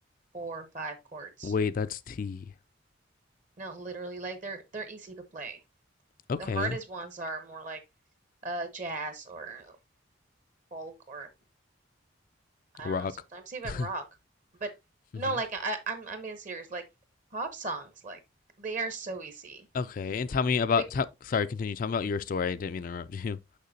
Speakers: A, on the right (about 40°); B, on the left (about 45°).
A: four or five chords.
B: Wait, that's T.
A: No, literally, like they're they're easy to play.
B: Okay.
A: The hardest ones are more like uh jazz or folk or I
B: Rock.
A: don't know, sometimes even
B: <laughs>
A: rock. But
B: hmm
A: no, like I I'm I'm being serious. Like pop songs, like they are so easy.
B: Okay, and tell me about.
A: Big
B: Tell, sorry, continue. Tell me about your story. I didn't mean to interrupt you.